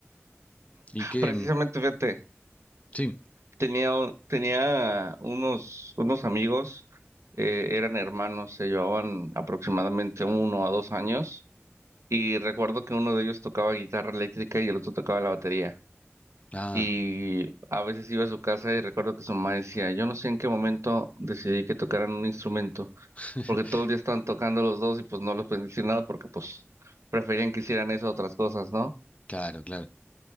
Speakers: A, on the left; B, on the right.
A: Y que,
B: precisamente,
A: mm,
B: fíjate,
A: sí,
B: tenía, un- tenía unos, unos amigos, eh, eran hermanos, se llevaban aproximadamente uno a dos años y recuerdo que uno de ellos tocaba guitarra eléctrica y el otro tocaba la batería.
A: ah,
B: Y a veces iba a su casa y recuerdo que su mamá decía, yo no sé en qué momento decidí que tocaran un instrumento,
A: <laughs>
B: porque todo el día estaban tocando los dos y pues no les pueden decir nada porque pues preferían que hicieran eso a otras cosas, ¿no?
A: claro, claro.